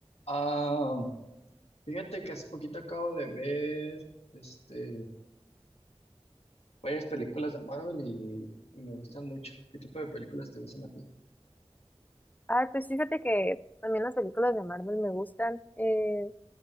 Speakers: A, on the left (about 70°); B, on the left (about 15°).
A: Ah, fíjate que hace poquito acabo de ver este, varias películas de Marvel y, y me gustan mucho. ¿Qué tipo de películas te gustan a ti?
B: Ay, pues fíjate que también las películas de Marvel me gustan. Eh,